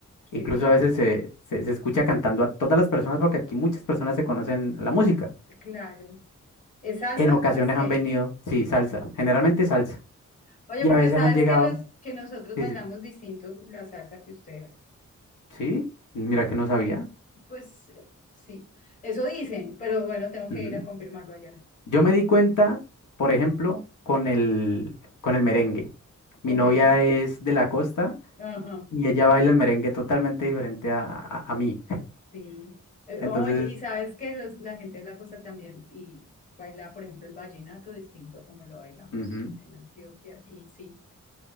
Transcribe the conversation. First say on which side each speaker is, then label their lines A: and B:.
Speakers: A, on the left (about 80°); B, on the left (about 25°).
A: Incluso
B: ¡Qué bien!
A: a veces se, se se escucha cantando a todas las personas porque aquí muchas personas se conocen la música.
B: Claro. ¿Es salsa
A: En ocasiones
B: o es qué?
A: han venido, sí, salsa, generalmente salsa.
B: Oye,
A: Y
B: porque
A: a veces
B: sabes
A: han llegado,
B: que los que nosotros
A: sí,
B: bailamos
A: sí,
B: distinto la salsa que ustedes.
A: sí, mira que no sabía.
B: Pues eh, sí, eso dicen, pero bueno, tengo que
A: Ujú.
B: ir a confirmarlo allá.
A: Yo me di cuenta, por ejemplo, con el, con el merengue. Mi
B: Ok.
A: novia es de la costa
B: Ajá.
A: y ella baila el merengue totalmente diferente a, a- a mí. <laughs>
B: Sí. Eh,
A: Entonces,
B: Oye, y sabes que los, la gente de la costa también y baila, por ejemplo, el vallenato distinto a como lo bailamos
A: ujú,
B: en Antioquia. Y sí.